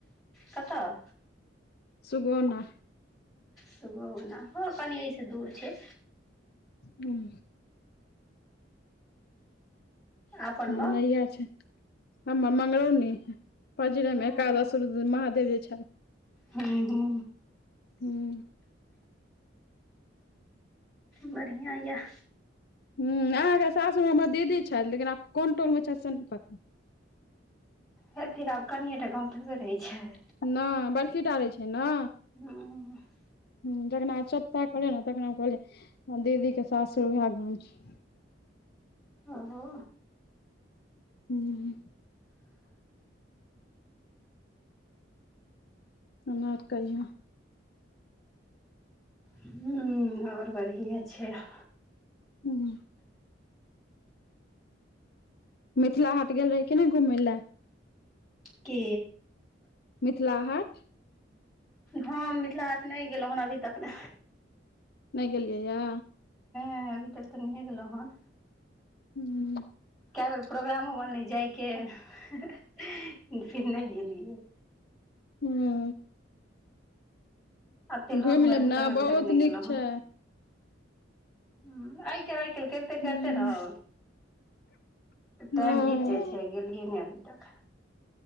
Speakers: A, in the centre; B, on the left (about 55°).
A: कतह।
B: सुगोना।
A: सागौना, ह कनि अई स दूर छैय।
B: दुम
A: अपन
B: मगैया
A: गाँव
B: छैथ, हमर मगरौनी, पजरे
A: हूँ
B: मे एकादश रुद महादेव जे छै।
A: हू- हू।
B: हूं।
A: बढ़िआँ याह।
B: हुं अहाँ के सासुर मे हमर दीदी छैथि, लेकिन आब कोन टोल छथि से नय पत
A: हेथिन आब कनियएटा गामव थोड़बे रहै छैय।
B: नहि बड़की टा रहै छै न।
A: ह
B: हुं जगनाय सब ता करै ला, तखने कहलिय दीदी के सासुर वएह गाम छै।
A: ह-हाॅ।
B: हू कना कहिय।
A: हु आओर बढ़ियेँ छै हा।
B: उ-हू मिथिला हाट गेल रही कि नहि घूमैय लए।
A: के
B: मिथिला हाट।
A: हँ मिथिला हाट नहि गेलहुँ हन अभी तक ने।
B: नहि गेलियै या।
A: नय अभी तक तऽ नहिहे गेलो हन।
B: हू
A: कए बेर प्रोग्रामो बनलै जाइके, <unintelligible> फिर नहि गेलियै।
B: हूँ।
A: अते लग
B: घुमि
A: मे
B: लेब
A: रहैत
B: ने
A: हम अभी
B: बहुत
A: तक नहि गेलहु
B: नीक छै
A: हन। हुं आए कालि आए कालि करिते- करिते
B: हूँ
A: रहब,
B: हँ
A: टाइम बीत जाइ छै गेलियै ने अभी तक।